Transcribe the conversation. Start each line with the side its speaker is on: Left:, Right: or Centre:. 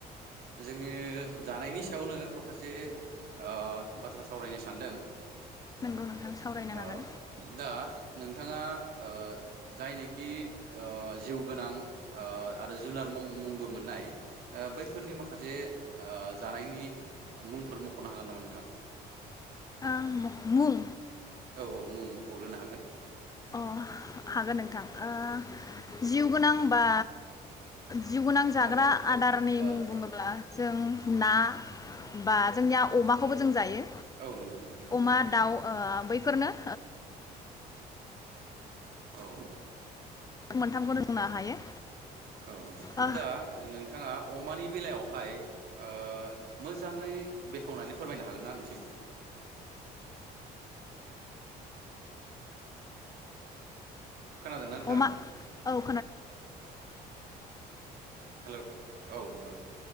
Right: जोंनि जानायनि सायावनो माखासे ओ बाथ्रा सावरायनो सानदों
Left: नंगौ नोंथां सावरायनो
Right: अ
Left: हागोन
Right: दा नों नोंथाङा ओ जायनिखि ओ जिउ गोनां ओ आरो जुनार मुंबो मोननाय बैफोरनि माखासे जानायनि मुंफोर मखनो हागोन नामा नोंथाङा
Left: <inaudible> मुं
Right: औ औ मुं मखग्रोनो हागोन
Left: अ हागोन नोंथां ओ जिउ गोनांबा जिउ गोनां जाग्रा
Right: ओ
Left: आदारनि
Right: बा
Left: मुं बुङोब्ला जों ना बा जोंनिया अमाखौबो जों जायो
Right: औ नंगौ नोंथां
Left: अमा दाउ ओ बैफोरनो
Right: औ
Left: मोनथामखौ बुंनो हायो
Right: औ नोथां
Left: ओ
Right: दा नोंथाङा अमानि बेलायावहाय ओ मोजाङै बेखेवनानै फोरमायनो हागोनना आंनिसिम खोनादों ना नोंथाङा?
Left: अमा औ
Right: हेलौ औ नोंथां।